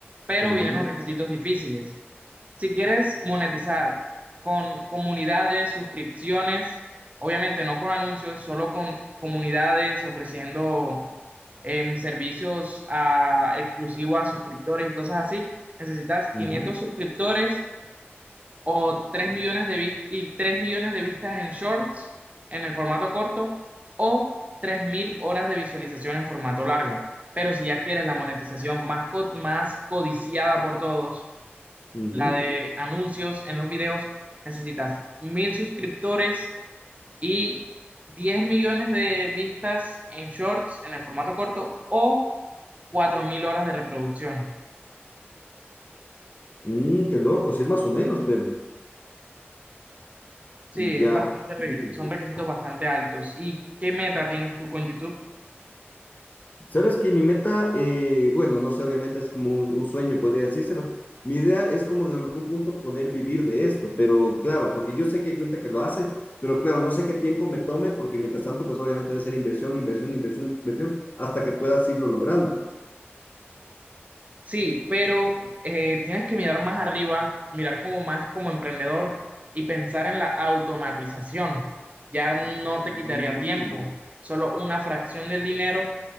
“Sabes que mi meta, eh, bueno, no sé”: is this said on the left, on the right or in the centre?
Left